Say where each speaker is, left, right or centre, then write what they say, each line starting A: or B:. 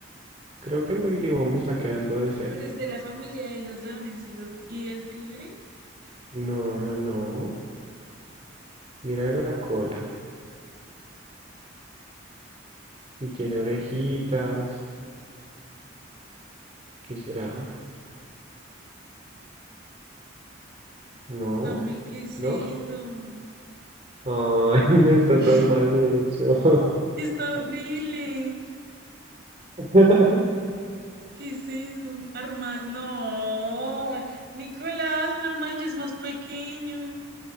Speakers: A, on the right (about 35°); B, on the right (about 55°).
A: Creo que el dibujo me está quedando decente.
B: pero es de la familia de los leones y, los, y del tigre.
A: No, no, no. Mira la cola. Y tiene orejitas. ¿Qué será? No,
B: Cami- ¿qué es
A: no.
B: eso?
A: Ay, <laughs> no está
B: <laughs>
A: tan mal hecho.
B: Está horrible.
A: <laughs>
B: ¿Qué es eso? Arma... No, Nicolás, un armadillo es más pequeño.